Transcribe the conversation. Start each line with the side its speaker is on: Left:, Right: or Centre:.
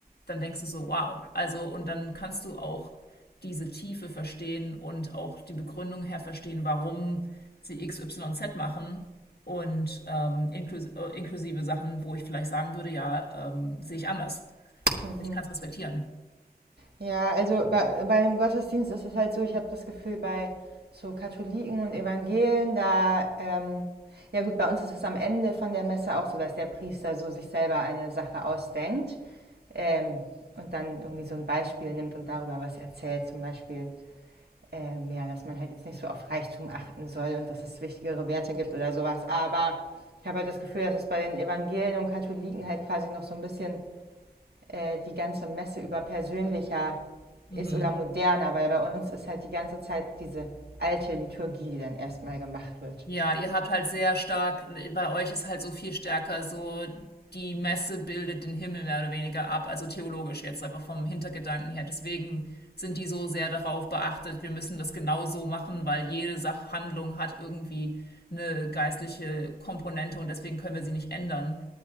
Left: dann denkst du so, wow. Also, und dann kannst du auch diese Tiefe verstehen und auch die Begründung her verstehen, warum sie XYZ machen. Und ähm, inklus äh, inklusive Sachen, wo ich vielleicht sagen würde, ja, ähm, sehe ich anders.
Right: Mhm.
Left: Aber ich kann es respektieren.
Right: Ja, also bei, bei dem Gottesdienst ist es halt so, ich habe das Gefühl, bei so Katholiken und Evangelen, da, ähm, ja gut, bei uns ist es am Ende von der Messe auch so, dass der Priester so sich selber eine Sache ausdenkt ähm, und dann irgendwie so ein Beispiel nimmt und darüber was erzählt, zum Beispiel, ähm, ja, dass man halt jetzt nicht so auf Reichtum achten soll und dass es wichtigere Werte gibt oder sowas, aber ich habe halt das Gefühl, dass es bei den Evangelien und Katholiken halt quasi noch so ein bisschen äh, die ganze Messe über persönlicher
Left: Mhm.
Right: ist oder moderner, weil bei uns ist halt die ganze Zeit diese alte Liturgie, die dann erstmal gemacht wird.
Left: Ja, ihr habt halt sehr stark, bei euch ist halt so viel stärker, so die Messe bildet den Himmel mehr oder weniger ab, also theologisch jetzt einfach vom Hintergedanken her. Deswegen sind die so sehr darauf beachtet, wir müssen das genau so machen, weil jede Sachhandlung hat irgendwie eine geistliche Komponente und deswegen können wir sie nicht ändern.